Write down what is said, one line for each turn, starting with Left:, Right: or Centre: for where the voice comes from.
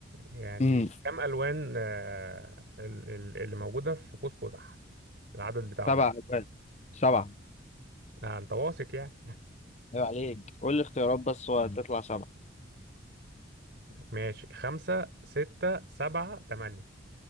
Right: يعني
Left: امم
Right: كم ألوان آه، ال- ال- اللي موجودة في قوس قزح العدد بتاعهم
Left: سبع
Right: يعني
Left: أجوال سبعة
Right: آه، أنت واثق يعني
Left: عيب عليك قول لي اختيارات بس وهتطلع سبعة
Right: ماشي خمسة ستة سبعة تمانية